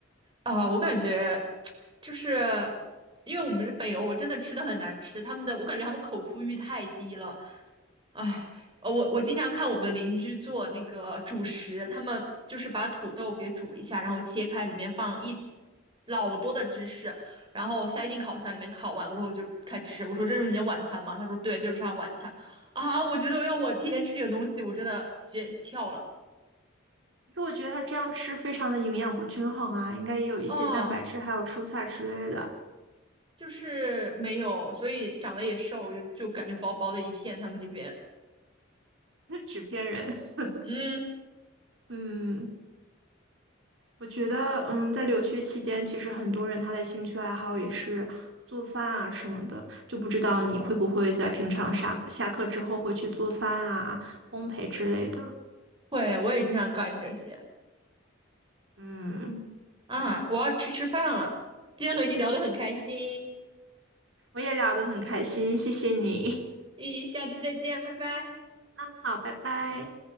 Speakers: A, on the right; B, on the right.
A: 啊，我感觉就是因为我们北欧真的吃的很难吃，他们的我感觉他们口腹欲太低了。哎，呃，我我经常看我们的邻居做那个主食，他们就是把土豆给煮一下，然后切开，里面放一老多的芝士，然后塞进烤箱里面烤完过后就开吃。我说这是你的晚餐吗？他说对，这就是他晚餐。啊，我觉得要我天天吃这个东西，我真的直接跳了。
B: 可是我觉得他这样吃非常的营养不均衡啊，应该也有一些蛋白质还有蔬菜之类的，
A: 啊，就是没有，所以长得也瘦，就就感觉薄薄的一片。他们这边，
B: <laughs> 纸片人。<laughs>
A: 嗯，
B: 嗯，我觉得，嗯，在留学期间，其实很多人他的兴趣爱好也是做饭啊什么的，就不知道你会不会在平常下下课之后会去做饭啊、烘焙之类的。
A: 会，我也经常干这些
B: 嗯，
A: 啊。我要去吃饭了。今天和你聊得很开心。
B: 我也聊得很开心，谢谢你。
A: 咦，下次再见，拜拜。
B: <laughs> 好，拜拜。